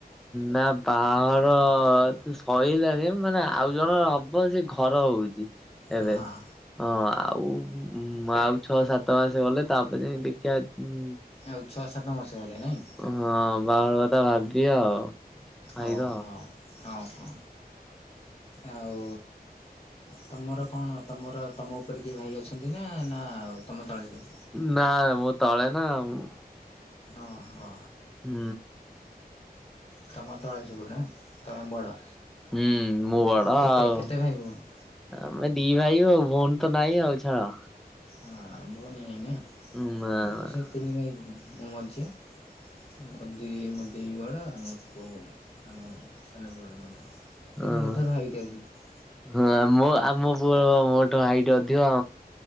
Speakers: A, in the centre; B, on the left (about 40°).
A: ନା ବାହାଘର ତ ସଇଲାଣିି ମାନେ ଆଉ ଜଣଙ୍କର ହବ ସେଘ ଘର ହଉଚି ଏବେ
B: ହଁ
A: ହଁ ଆଉ ହୁଁ ଆଉ ଛଅ ସାତ ମାସ ଗଲେ ତାପରେ ଯାଇଁ ଦେଖିବା। ଉଁ
B: ଆଉ ଛଅ ସାତ ମାସ ଗଲେ ନାଇଁ
A: ହଁ ବାହାଘର କଥା ଭାବିବା ଆଉ ଭାଇର।
B: ଓ ହୋ ଓ ହୋ। ଆଉ ତମର କଣ ତମର ତମ ଉପରେ କିଏ ଭାଇ ଅଛନ୍ତି? ନା ନା ଆଉ ତମେ ତଳେସବୁ।
A: ନା ମୁଁ ତଳେ ନା ଉଁ।
B: ଓହୋ।
A: ହୁଁ।
B: ତମ ତଳେ ସବୁଗୁରା। ତମେ ବଡ଼
A: ହୁଁ ମୁଁ ବଡ
B: ତମର କେତେ
A: ଆଉ
B: କେତେ ଭାଇ ଭଉଣୀ।
A: ଆମେ ଦି ଭାଇ ଆଉ ଭଉଣୀ ତ ନାଇଁ ଆଉ ଛାଡ।
B: ଆ ଭଉଣୀ ନାଇ ନା
A: ହୁଁ
B: ଆମର ତ ସେ ତିନି ଭାଇ ଭଉଣୀ ମୁଁ ମଝିଆ। ମୋ ଦେଇ ମୋ ଦେଇ ଵଡ ଆମ ପୁଅ ଗୋଟେ। ହୁଁ ସାନ ପୁଅଟା ମଧ୍ୟ
A: ହଁ।
B: କିନ୍ତୁ ମୋଠାରୁ ହାଇଟ୍ ଅଧିକ।
A: ହଁ ମୋ ଆମ ପୁଅ ମୋଠୁ ହାଇଟ ଅଧିକ